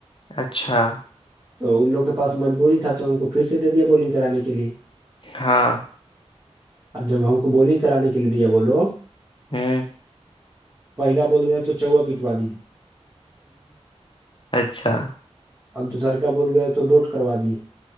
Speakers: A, on the left; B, on the right.
A: اچھا
B: تو ان لوگ کے پاس مجبوری تھا تو ہم کو پھر سے دے دیا بولنگ کرانے کے لیے
A: ہاں
B: اور جب ہم کو بولنگ کرانے کے لیے دیا وہ لوگ
A: ہمم
B: پہلا بول گیا تو چوا پیٹوا دی ہے
A: اچھا
B: اور دوسر کا بول گیا تو ڈوٹ کروا دی